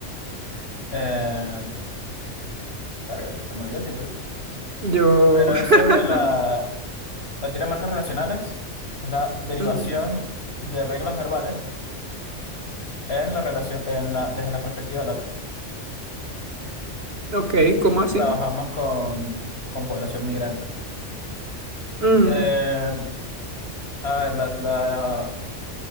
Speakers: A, on the left; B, on the right.
A: eh, verga, se me olvidó el título,
B: Yo.
A: pero
B: <laughs>
A: es sobre la, la teoría de marcos relacionales, la derivación
B: Mm,
A: de reglas verbales en la relación, en la, desde la perspectiva del otro.
B: ok, ¿cómo así?
A: Trabajamos con, con población migrante.
B: Mm,
A: Eh, a ver, la, la,